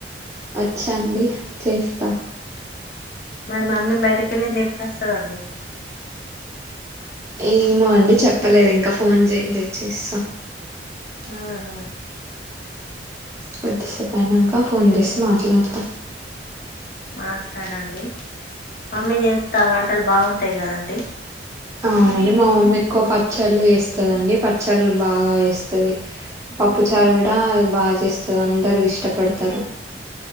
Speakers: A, on the right (about 15°); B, on the left (about 50°).
A: వచ్చండి చేస్తా
B: మరి మామ్మీ బయటికి వెళ్ళింది ఎప్పుడు వస్తదండి
A: ఏమో అండి చెప్పలేదు ఇంకా ఫోన్ చేయలే చేస్తా
B: ఆా హా
A: కొద్దిసేపు అయ్యింది ఇకా ఫోన్
B: ఏం
A: చేసి మాట్లా <inaudible>
B: మాట్లాడండి మమ్మి చేస్తాం వంటలు బాగుంటా అంటాయి కదండి
A: అవునండి మా మమ్మ ఎక్కువ పచ్చళ్ళు వేస్తందిండి పచ్చళ్ళు బాగా వేస్తుది పప్పు చారు కూడా బాగా చేస్తది అందరు ఇష్టపడతారు